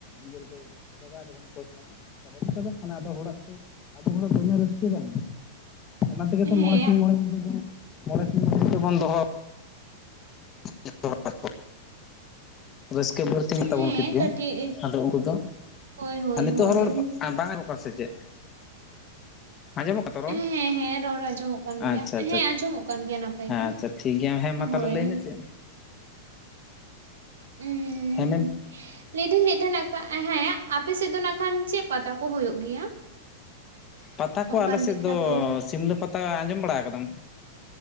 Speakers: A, on the left (about 30°); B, on the right (about 80°).
A: ᱤᱭᱟᱹ ᱨᱮ ᱜᱮᱼᱼ ᱪᱟᱵᱟᱭ ᱫᱟᱵᱚᱱ ᱯᱚᱭᱥᱟ ᱪᱟᱵᱟᱜ ᱪᱟᱵᱟᱜ ᱠᱟᱱᱟ ᱟᱫᱚ ᱦᱚᱲᱟᱜ ᱫᱚ ᱟᱵᱚ ᱦᱚᱲ ᱫᱚᱢᱮ ᱨᱟᱹᱥᱠᱟᱹ ᱵᱟᱝ ᱚᱱᱟ ᱛᱮᱜᱮ ᱛᱚ
B: ᱦᱮᱸ
A: ᱢᱚᱬᱮ ᱥᱤᱧ ᱢᱚᱬᱮ ᱧᱤᱫᱟᱹ ᱵᱚᱱ ᱢᱚᱬᱮ ᱥᱤᱧ ᱢᱚᱬᱮ ᱧᱤᱫᱟᱹ ᱵᱚᱱ ᱫᱚᱦᱚᱼᱼ <unintelligible> ᱨᱟᱹᱥᱠᱟᱹ ᱵᱟᱹᱲᱛᱤ ᱢᱮᱱᱟᱜ
B: ᱦᱮᱸ
A: ᱛᱟᱵᱚᱱ ᱴᱷᱤᱠ
B: ᱠᱟᱹᱴᱤᱡ
A: ᱜᱮ ᱟᱫᱚ ᱩᱱᱠᱩ ᱫᱚᱼᱼ
B: ᱦᱳᱭ ᱦᱳᱭ
A: ᱟᱨ ᱱᱤᱛᱳᱜ
B: ᱦᱳᱭ
A: ᱦᱚᱸ ᱨᱚᱲ
B: ᱦᱮᱸ
A: ᱵᱟᱝ ᱟᱸᱡᱚᱜ ᱠᱟᱱᱟ ᱥᱮ ᱪᱮᱫ ᱟᱸᱡᱚᱢᱚᱜ ᱠᱟᱱᱟ ᱛᱚ ᱨᱚᱲ
B: ᱦᱮᱸ ᱦᱮᱸ ᱨᱚᱲ ᱟᱸᱡᱚᱢᱚᱜ ᱠᱟᱱ ᱜᱮᱭᱟ
A: ᱟᱪᱪᱷᱟ ᱟᱪᱪᱷᱟ
B: ᱦᱮᱸ ᱟᱸᱡᱚᱢᱚᱜ ᱠᱟᱱ ᱜᱮᱭᱟ ᱱᱟᱯᱟᱭ
A: ᱦᱮᱸ
B: ᱜᱮ
A: ᱟᱪᱪᱷᱟ ᱴᱷᱤᱠ ᱜᱮᱭᱟ ᱦᱮᱸ ᱢᱟ ᱛᱟᱦᱞᱮ
B: ᱦᱳᱭ
A: ᱞᱟᱹᱭ ᱢᱮ ᱪᱮᱫ
B: ᱩᱸ
A: ᱦᱮᱸ ᱢᱮᱱ
B: ᱞᱟᱹᱭ ᱫᱟᱹᱧ ᱞᱟᱹᱭ ᱛᱟᱦᱮᱱᱟ ᱦᱮᱸ ᱟᱯᱮ ᱥᱮᱫ ᱫᱚ ᱱᱟᱜ ᱠᱷᱟᱱ ᱪᱮᱫ ᱯᱟᱛᱟ ᱠᱚ ᱦᱩᱭᱩᱜ ᱜᱮᱭᱟ
A: ᱯᱟᱛᱟ ᱠᱚ
B: ᱚᱱᱠᱟᱱ
A: ᱟᱞᱮ ᱥᱮᱫ
B: ᱵᱤᱠᱠᱷᱟᱛᱚ
A: ᱫᱚ ᱥᱤᱢᱞᱟᱹ ᱯᱟᱛᱟ ᱟᱸᱡᱚᱢ ᱵᱟᱲᱟ ᱟᱠᱟᱫᱟᱢ